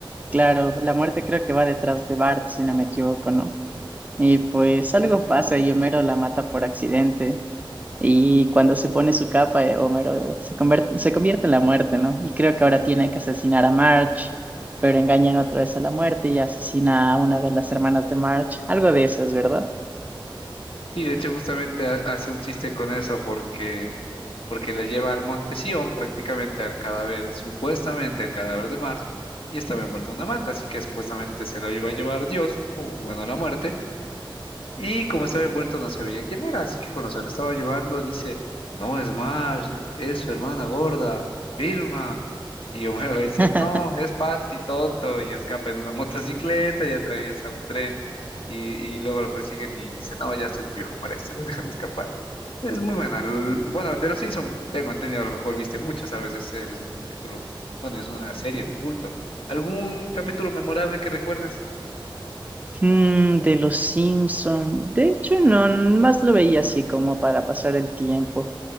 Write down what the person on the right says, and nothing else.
Claro, la muerte creo que va detrás de Bart, si no me equivoco, ¿no? Y pues algo
pasa y Homero la mata por accidente. Y cuando se pone su capa, eh, Homero se convierte, se convierte en la muerte, ¿no? Y creo que ahora tiene que asesinar a Marge, pero engañan otra vez a la muerte y asesina a una de las hermanas de Marge. Algo de eso es, ¿verdad?
<laughs>
Mm, de los Simpson. De hecho, no, más lo veía así como para pasar el tiempo.